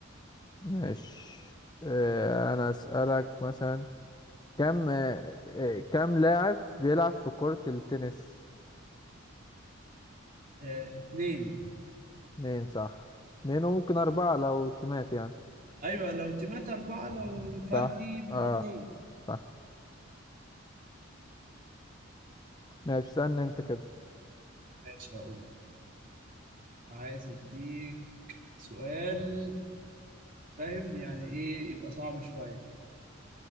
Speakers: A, on the left; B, on the right.
A: ماشي آه، انا اسالك مثلا كم آه، آه، كم لاعب بيلعب في كرة التنس
B: آه، اتنين
A: اتنين صح اتنين وممكن اربعة لو تيمات يعني
B: أيوة لو تيمات أربعة لو فردي
A: صح
B: بيبقى
A: اه
B: اتنين
A: صح ماشي استنى انت كده
B: ماشي هقول لك. عايز أديك سؤال فاهم يعني إيه يبقى صعب شوية